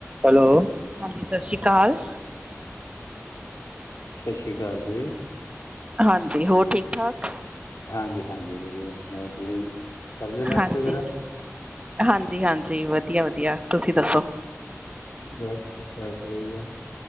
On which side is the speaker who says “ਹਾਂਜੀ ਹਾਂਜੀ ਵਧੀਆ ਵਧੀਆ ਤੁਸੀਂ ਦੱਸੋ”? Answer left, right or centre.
Right